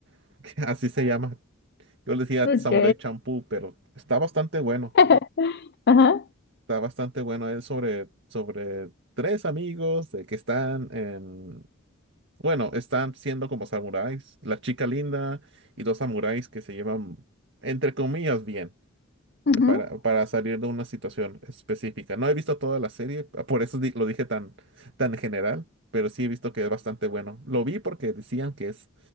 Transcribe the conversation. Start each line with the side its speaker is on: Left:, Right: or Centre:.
Right: <laughs> que así se llama. Yo le decía
Left: ok.
Right: Samurai Champloo, pero está bastante bueno.
Left: <laughs> Ajá,
Right: Está bastante bueno. Es sobre, sobre tres amigos de que están en... Bueno, están siendo como samuráis. La chica linda y dos samuráis que se llevan, entre comillas, bien. eh,
Left: ujú.
Right: para, para salir de una situación específica. No he visto toda la serie, p- por eso di- lo dije tan, tan general, pero sí he visto que es bastante bueno. Lo vi porque decían que es